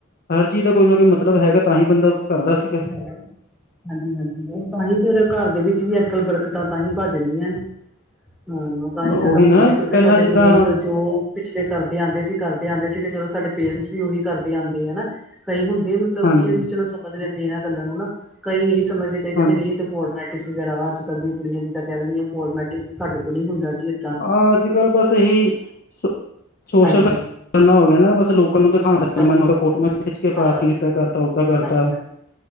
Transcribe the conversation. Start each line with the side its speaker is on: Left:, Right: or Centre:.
Left: ਹਰ ਚੀਜ਼ ਦਾ ਕੋਈ ਨਾ ਕੋਈ ਮਤਲਬ ਹੈਗਾ। ਤਾਂ ਹੀ ਬੰਦਾ ਕਰਦਾ ਸੀ।
Centre: ਹੈਲੋ। ਹਾਂਜੀ ਹਾਂਜੀ। ਉਹ ਤਾਂਹੀ ਫੇਰ ਘਰ ਦੇ ਵਿੱਚ ਵੀ ਅੱਜ ਕੱਲ੍ਹ ਬਰਕਤਾਂ ਤਾਂਹੀ ਭੱਜ ਰਹੀਆਂ ਨੇ। ਹਾਂ ਤਾਂ ਹੀ ਖਤਮ
Left: ਉਹੀ
Centre: ਹੋਈ
Left: ਨਾ
Centre: ਹੈ। ਕਿਉਂਕਿ
Left: ਪਹਿਲਾਂ
Centre: ਸਾਡੇ
Left: ਜਿੱਦਾਂ
Centre: ਬਜ਼ੁਰਗ ਜੋ ਪਿਛਲੇ ਕਰਦੇ ਆਉਂਦੇ ਸੀ ਕਰਦੇ ਆਉਂਦੇ ਸੀਗੇ। ਚਲੋ ਸਾਡੇ ਪੇਰੈਂਟਸ ਵੀ ਉਹੀ ਕਰਦੇ ਆਉਂਦੇ ਹੈ ਨਾ। ਕਈ ਹੁੰਦੇ ਚਲੋ
Left: ਹਾਂਜੀ
Centre: ਅੱਛੇ ਵੀ, ਚਲੋ ਸਮਝ ਲੈਂਦੇ ਆ ਇਹਨਾਂ ਗੱਲਾਂ ਨੂੰ ਨਾ। ਕਈ ਨਹੀਂ ਸਮਝਦੇ ਕਈ ਕਹਿੰਦੇ
Left: ਹਾਂਜੀ
Centre: ਨਹੀਂ ਫੋਰਮੈਲਟਿਸ ਵਗੈਰਾ ਵਾ। ਅੱਜ ਕਲ ਦੀਆਂ ਕੁੜੀਆਂ ਜਿੱਦਾਂ ਕਹਿ ਦਿੰਦੀਆਂ। ਫੋਰਮੈਲਟਿਸ ਸਾਡੇ ਤੋ ਨੀ ਹੁੰਦਾ ਜੀ ਇਹ।
Left: ਹਾਂ। ਅੱਜ ਕੱਲ੍ਹ ਬਸ ਇਹੀ ਸ-ਸੋਸ਼ਲ
Centre: ਹਾਂਜੀ
Left: ਜਮਾਨਾ ਹੋ ਗਿਆ ਨਾ‌। ਬਸ ਲੋਕਾਂ ਨੂੰ ਦਿਖਾਨਾ
Centre: ਬਸ।
Left: ਜਮਾਨਾ ਹੋ ਗਿਆ। ਫੋਟੋਆਂ ਖਿੱਚ ਕੇ
Centre: ਬਸ
Left: ਪਾ ਦਿੱਤੀ ਏਦਾਂ ਕਰ ਉਹਦਾ ਕਰਤਾ।
Centre: ਹਾਂਜੀ-ਹਾਂਜੀ,